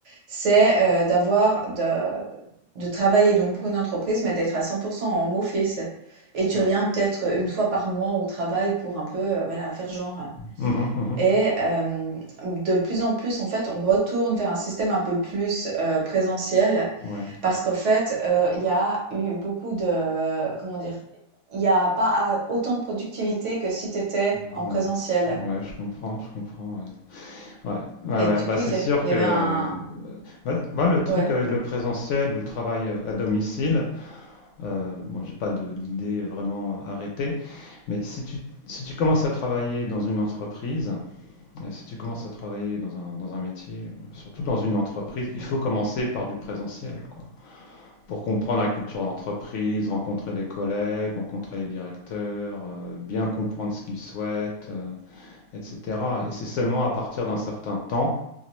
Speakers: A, on the right; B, on the left.
A: c'est euh, d'avoir de, de travailler donc pour une entreprise, mais d'être à 100% en home office. Et tu
B: Ah
A: reviens
B: ouais.
A: peut-être une fois par mois au travail pour un peu, euh, voilà, faire genre.
B: Mmh mh, mmh
A: Et euh, de plus en plus, en fait, on retourne vers un système un peu plus euh, présentiel.
B: Ouais.
A: Parce qu'en fait, heu, il y a eu beaucoup de comment dire? Il y a pas a autant de productivité que si tu étais
B: Heu,
A: en
B: non,
A: présentiel
B: c ouais, je comprends, je comprends, ouais. Ouais, ouais,
A: et
B: ouais.
A: du
B: Bah,
A: coup,
B: c'est
A: il y
B: sûr
A: a il y
B: que
A: avait un
B: bah, bah, le truc
A: ouais,
B: avec le présentiel ou le travail euh, à domicile, euh, bon, j'ai pas de- d'idée vraiment arrêtée, mais si tu, si tu commences à travailler dans une entreprise, euh, si tu commences à travailler dans un, dans un métier, ou surtout dans une entreprise, il faut commencer par du présentiel, quoi, pour comprendre la culture d'entreprise, rencontrer des collègues, rencontrer les directeurs, euh, bien comprendre ce qu'ils souhaitent, euh, etc. Et c'est seulement à partir d'un certain temps